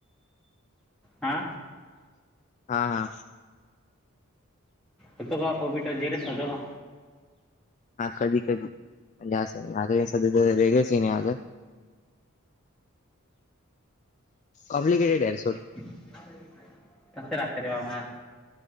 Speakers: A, in the centre; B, on the left.
A: हा.
B: हा हा.
A: होतो का ओबीटल जेलेस होतो का?
B: हा कधी कधी म्हणजे असंता <unintelligible> स्यध्यात वेगळ सीन हे आहे आज कॉमप्लिकेटेड यार सोड.
A: अ <inaudible> तस राहत रे बाबा